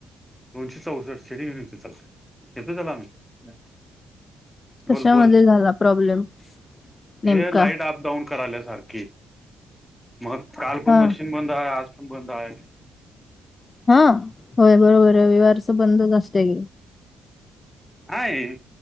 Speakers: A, in the centre; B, on the left (about 30°).
A: दोनशे चौसष्ट सेट घेन चल यथे चला आम्ही.
B: कशामध्ये
A: बोल बोल
B: झाला प्रॉब्लेम. नेमका
A: हे लाईट अप डाऊन कराल सारखी. मग काल पण
B: हा
A: मशीन बंद आहे आज पण बंद आहे.
B: हा होय बरोबर आहे विवारच बंदच असते ग.
A: काय हे.